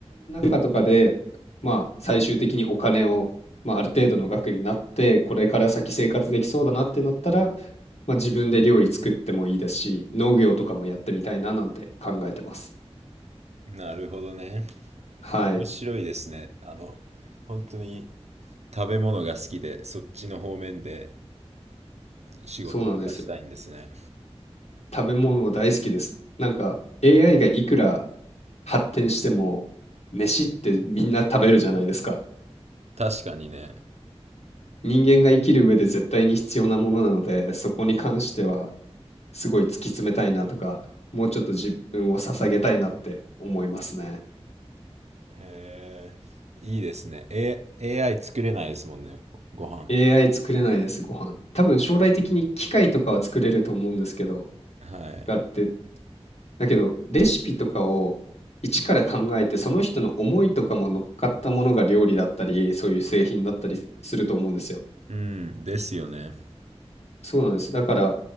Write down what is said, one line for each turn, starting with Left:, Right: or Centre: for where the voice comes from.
Left: かとかで、まあ、最終的にお金を、まあ、ある程度の額になって、これから先生活できそうだなってなったら、まあ、自分で料理作ってもいいですし、農業とかもやってみたいななんて考えてます。
Right: なるほどね。
Left: はい、
Right: 面白いですね。あの、本当に食べ物が好きで、そっちの方面で仕事とかしたいんですね。
Left: そうなんですよ。食べ物大好きです。なんか AI がいくら発展しても、飯ってみんな食べるじゃないですか。
Right: 確かにね。
Left: 人間が生きる上で絶対に必要なものなので、そこに関してはすごい突き詰めたいなとか、もうちょっと自分を捧げたいなって思いますね。
Right: へえ、いいですね。A、AI 作れないですもんね、ご飯。
Left: AI 作れないです、ご飯。多分将来的に機械とかは作れると思うんですけど、
Right: はい。
Left: があって、だけどレシピとかを一から考えて、その人の思いとかも乗っかったものが料理だったり、そういう製品だったりすると思うんですよ。
Right: うん、ですよね。
Left: そうなんです。だから、